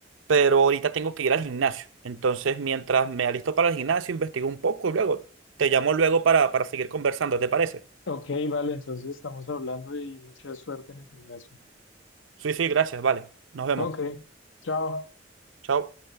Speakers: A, on the right (about 90°); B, on the left (about 70°).
A: pero ahorita tengo que ir al gimnasio. Entonces, mientras me alisto para el gimnasio, investigo un poco y luego te llamo luego para, para seguir conversando, ¿te parece?
B: Ok, vale, entonces estamos hablando y mucha suerte en el gimnasio.
A: Sí, sí, gracias, vale. Nos vemos.
B: Ok, chao.
A: Chao.